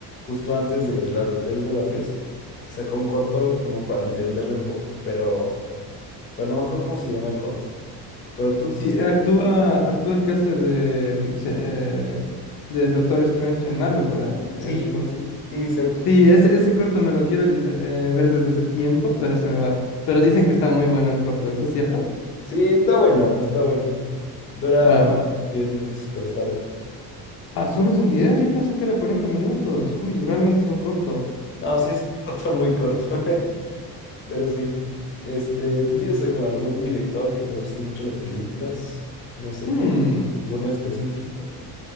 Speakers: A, on the left; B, on the left.
A: justo antes de la de Hotel Budapest. Sacó un corto como para entenderle un poco, pero, pero no me acuerdo cómo se llama el corto. Pero tú,
B: Sí,
A: tú sí,
B: actúa, actúa el que hace de, mm, se- eh, de Doctor Strange en Marvel, ¿no ve? En
A: sí,
B: ese corto.
A: sí, sí, sí, exacto.
B: Sí, ese, ese corto me lo quiero lleve- eh, ver desde hace tiempo, pero se me va. Pero dicen que está muy bueno el corto, ¿es cierto?
A: Sí, está bueno, está bueno. Dura
B: Va, va.
A: 10 minutos, pero está bueno.
B: Ah, ¿solo es un diez. Yo pensé que era cuarenta minutos. Uy, realmente es un corto.
A: No, sí es un <laughs> corto muy corto, <laughs> pero sí. Este, ¿tú tienes como algún director que te gusten mucho las películas? No sé,
B: Hmm.
A: ¿algún específico?